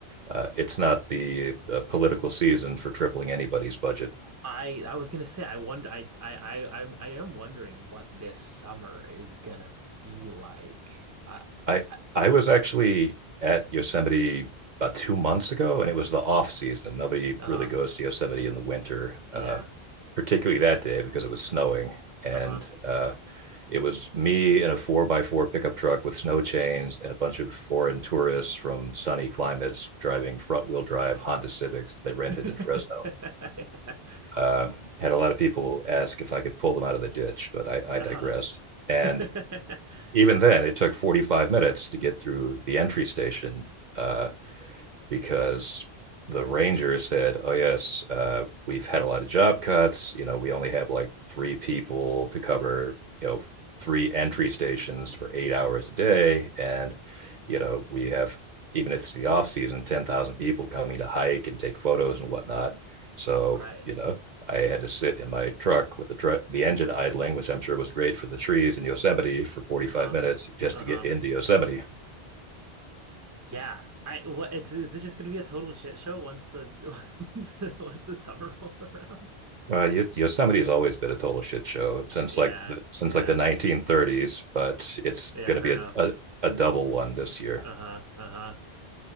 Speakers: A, on the right; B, on the right.
A: uh, it's not the uh, political season for tripling anybody's budget
B: I, I was gonna say, I wonder. I, I, I, I, I am wondering what this summer is gonna be like. I,
A: I
B: I,
A: I was actually at Yosemite about two months ago, and it was the off season. Nobody
B: uh,
A: really goes to Yosemite in the winter,
B: yeah.
A: uh, particularly that day because it was snowing. And
B: Uh-huh.
A: uh, it was me in a four by four pickup truck with snow chains and a bunch of foreign tourists from sunny climates driving front wheel drive Honda Civics they rented
B: <laughs>
A: in Fresno. Uh, had a lot of people ask if I could pull them out of the ditch, but I,
B: Uh-huh.
A: I digress. And
B: <laughs>
A: even then, it took 45 minutes to get through the entry station uh, because the ranger said, "Oh yes, uh, we've had a lot of job cuts. You know, we only have like three people to cover. You know, three entry stations for eight hours a day, and you know, we have even if it's the off season, ten thousand people coming to hike and take photos and whatnot. So
B: Right.
A: you know, I had to sit in my truck with the truck, the engine idling, which I'm sure was great for the trees in Yosemite for 45
B: Uh-huh.
A: minutes just
B: Uh-huh.
A: to get into Yosemite."
B: Yeah. I what it's is it just gonna be a total shit show once the <laughs> once the once the summer <laughs> rolls around?
A: Well, y Yosemite has always been a total shit show since
B: Yeah,
A: like the, since
B: yeah.
A: like the 1930s, but it's
B: Yeah,
A: going
B: fair
A: to be
B: enough.
A: a, a a double one this year.
B: Uh-huh. Uh-huh.